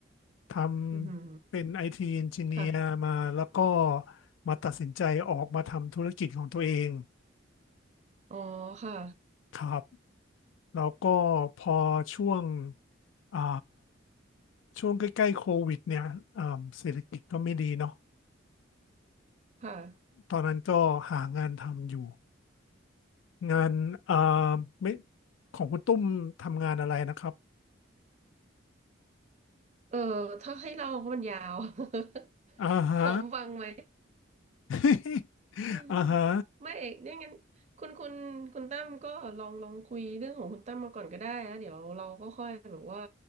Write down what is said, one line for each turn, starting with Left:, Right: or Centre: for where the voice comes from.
Left: ท
Right: อือหือ
Left: ำเป็น IT Engineer
Right: ค่ะ
Left: มาแล้วก็มาตัดสินใจออกมาทำธุรกิจของตัวเอง
Right: อ๋อค่ะ
Left: ครับแล้วก็พอช่วงอ่าช่วงใกล้ๆโควิดเนี่ยอ่าเศรษฐกิจก็ไม่ดีเนาะ
Right: ค่ะ
Left: ตอนนั้นก็หางานทำอยู่งานอ่าไม่ของคุณตุ้มทำงานอะไรนะครับ
Right: เออ ถ้าให้เราก็มันยาว <laughs>
Left: อ่าฮะ
Right: พร้อมฟังไหม
Left: <laughs>
Right: อืม
Left: อ่าฮะ
Right: ไม่เนี่ยงั้นคุณคุณคุณตั้มก็ลองลองคุยเรื่องของคุณตั้มมาก่อนก็ได้แล้วเดี๋ยวเราก็ค่อยแบบว่า